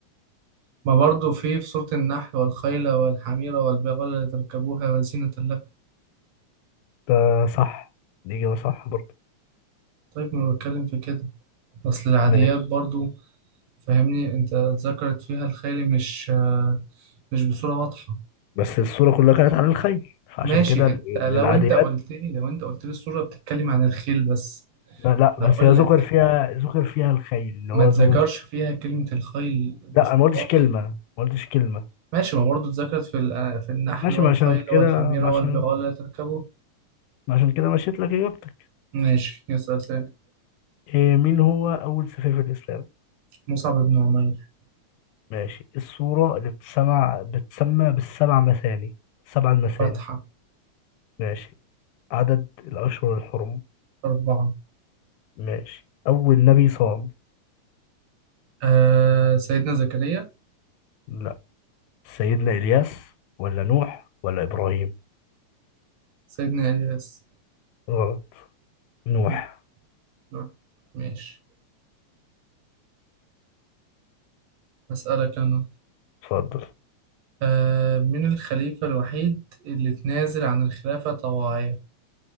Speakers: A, on the right (about 70°); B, on the left (about 85°).
A: ما برضو في في سورة النحل والخيل والحمير والبغال لتركبوها وزينة لكم
B: ده صح دي اجابه صح برضه
A: طيب ما بتكلم في كده أصل العاديات
B: ماشي
A: برضو فاهمني انت ذكرت فيها الخيل مش آه مش بصورة واضحة
B: بس الصوره كلها كانت عن الخيل فعشان
A: ماشي
B: كده ال-
A: انت لو
B: العاديات
A: انت قلت لي لو انت قلت لي السورة بتتكلم عن الخيل بس
B: ب- لا بس
A: هقول
B: هي ذكر
A: لك
B: فيها ذكر فيها الخيل اللي
A: ما
B: هو
A: تذكرش
B: ذكر فيها
A: فيها كلمة الخيل بصورة
B: لا انا ما قلتش
A: واضحة
B: كلمه ما قلتش كلمه
A: ماشي ما برضه اتذكرت في ال- آه، في النحل
B: ماشي
A: والخيل
B: ما عشان كده
A: والحميرة
B: ما عشان
A: والبغال لا تركبوا
B: ما عشان كده مشيت لك اجابتك
A: ماشي يسأل تاني
B: إيه مين هو اول سفير في الاسلام
A: مصعب بن عمير
B: ماشي الصورة اللي بتسمع بتسمى بالسبع مثاني سبع المثاني
A: فتحة
B: ماشي عدد الأشهر الحرم
A: أربعة
B: ماشي أول نبي صام
A: آه سيدنا زكريا
B: لا سيدنا إلياس ولا نوح ولا إبراهيم
A: سيدنا إلياس
B: غلط نوح
A: م- لا. ماشي أسألك أنا
B: اتفضل
A: آه من الخليفة الوحيد اللي اتنازل عن الخلافة طواعية